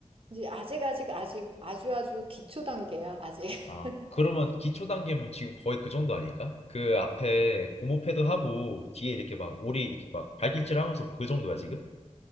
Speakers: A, on the right (about 50°); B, on the left (about 60°).
A: 이제 아직 아직 아직 아주 아주 기초 단계야. 아직.
B: 아,
A: <laughs>
B: 그러면 기초 단계면 지금 거의 그 정도 아닐까? 그 앞에 고무 패드 하고 뒤에 이렇게 막 오리 이렇게 막 발길질 하면서 그 정도야 지금?